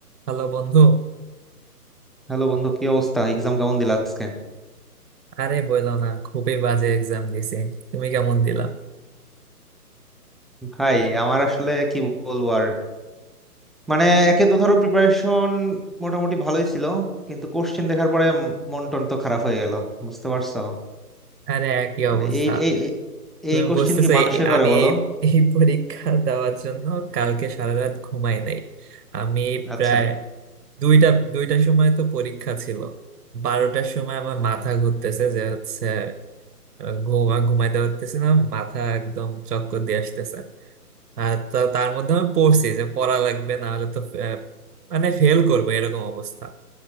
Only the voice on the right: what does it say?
Hello বন্ধু
আরে বলো না খুবই বাজে এক্সাম দিছি তুমি কেমন দিলা
আরে একই
অবস্থা
তুমি
বুঝতেছো
এই-
আমি
এই এই পরীক্ষা দেওয়ার জন্য কালকে সারা রাত ঘুমাই নাই আমি
প্রায় দুইটা দুইটার সময় তো পরীক্ষা ছিল বারোটার সময় আমার মাথা ঘুরতেছে যে হচ্ছে আহ, ঘুমা ঘুমাইতে পারতেছি না মাথা একদম চক্কর দিয়ে আসতেছে আর তা- তার মধ্যে আমি পড়ছি যে পড়া লাগবে না হলে তো আহ, মানে ফেল করবো এরকম অবস্থা